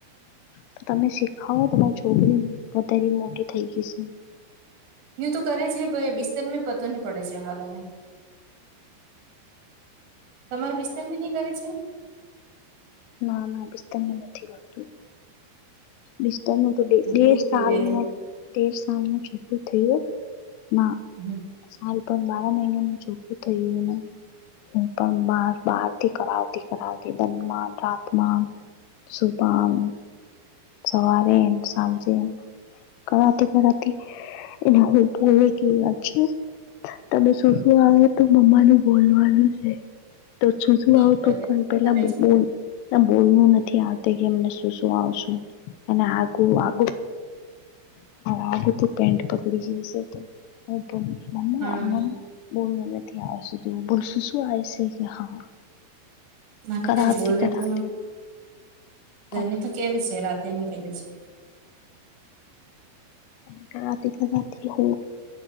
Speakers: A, on the left (about 80°); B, on the right (about 60°).
A: તો તમે શીખાવો તમારી છોકરીને વધારી મોટી થઈ ગઈ છે.
B: યું તો કરે છે પણ એ બિસ્તારમાં પતો નહી પડે છે હાલ હવે. તમારે બિસ્તર પર નહી કરે છે.
A: ના ના બિસ્તર મે નથી કરતું. બિસ્તર નું તો દેળ
B: દૂધ
A: સાલ
B: પીવે
A: નું. દેર સાલનું છોકરું થયું, ના.
B: હમ.
A: સાલ પણ બાર મહિનાનું છોકરું થયું ને. હું પણ બાર બહાર થી કરાવતી કરાવતી. સન મા ને રાત મા સુભાન <unintelligible> સવારે સાંજે કરાવતી કરાવતી એને બોલી કેવી વાત છે તમે શું શું આવે તો મમ્મા ને બોલવાનું છે. તો સૂસૂ
B: હમ
A: આવ
B: દને
A: તો પણ પેલા
B: કરે છે
A: બોલવું નથી આવતી કે એમને શું શું આવ છે. અને આગ આ આગળથી પેન્ટ પકડી જશે તો. હ પણ મમ્મા
B: હા
A: મમ્મા બોલ નથી આવતું શું બોલશું શું આવે છે કે હા.
B: મારે
A: કરાવતી
B: તો બોલે
A: કરાવતી
B: તો
A: પણ
B: એને તો કેવી છે રાતે ની કેવી છે.
A: કટારાતી કટારાતી હુ